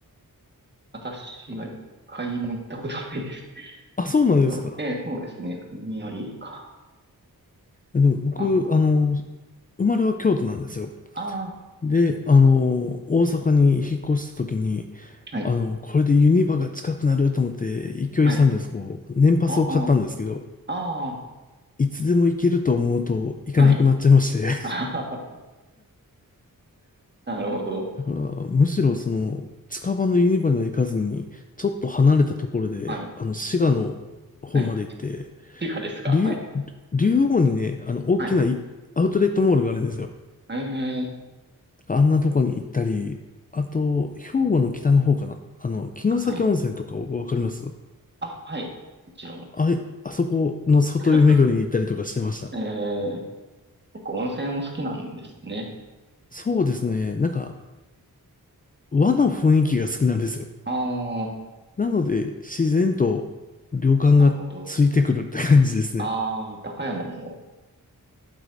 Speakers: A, on the right; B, on the left.
A: 私は一回も行ったことないです。
B: <laughs> あ、そうなんですか。
A: うん、えーそうですね。によりか。
B: でも僕、
A: あ、
B: あの、生まれは京都なんですよ。
A: ああ
B: で、あの、大阪に引っ越した時に、
A: はい、
B: あの、これでユニバが近くなると思って、勢いさんでそこう、
A: はい。
B: 年パスを買ったんですけど、
A: ああ、あ
B: いつでも行けると思うと行かなくなっちゃいまして。
A: あ、はい。
B: <laughs>
A: <laughs> あははなるほど。
B: だから、むしろその、近場のユニバには行かずに、ちょっと離れたところで、
A: はい、
B: あの、滋賀の方まで行って、
A: はい。理科ですかはい、
B: 竜、竜王にね、あの、大きないアウトレットモールがあるんですよ。
A: はい。ええ、
B: あんなとこに行ったり、あと、兵庫の北の方かな。あの、城崎温泉とかわかります
A: はい。あ、はい。もちろん。
B: あい、あそこの外湯巡りに行ったりとかしてました。
A: <laughs> ええ、結構温泉お好きなんですね。
B: そうですね。なんか、和の雰囲気が好きなんですよ。
A: ああ、
B: なので、自然と旅館がついてくるって感じですね。
A: なるほど。ああ、高山も。